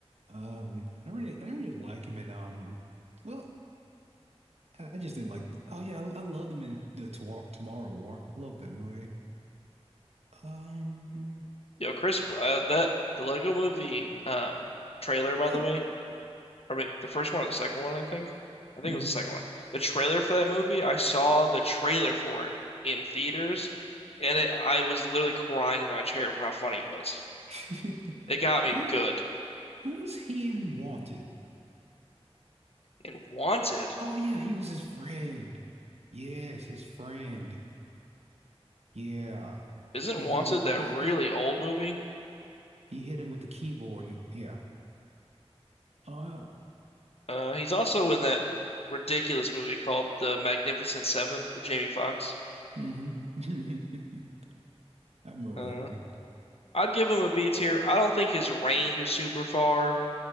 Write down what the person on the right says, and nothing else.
Um, I don't really, I don't really like him in um. Well, I I just didn't like. Oh yeah, I, I love them in the Tomorrow, Tomorrow War. I love that movie. Um,
what?
hmm
<laughs>
Who
who was he in Wanted?
Oh yeah, he was his friend. Yes, his friend. Yeah,
he hit
him with
he
he,
he hit him with the keyboard and yeah. Oh
yeah. hmm <laughs> I remember
that movie.